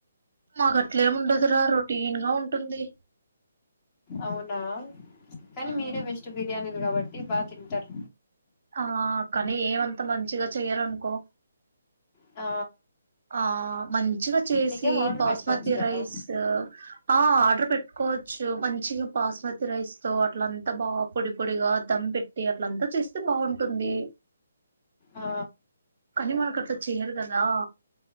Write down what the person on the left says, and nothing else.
అవునా కానీ
మీరే బెస్ట్ బిర్యానీలు కాబట్టి బాగా తింటారు
ఆ
మీకేం ఆర్డర్
పెట్టుకోవచ్చు కదా
ఆ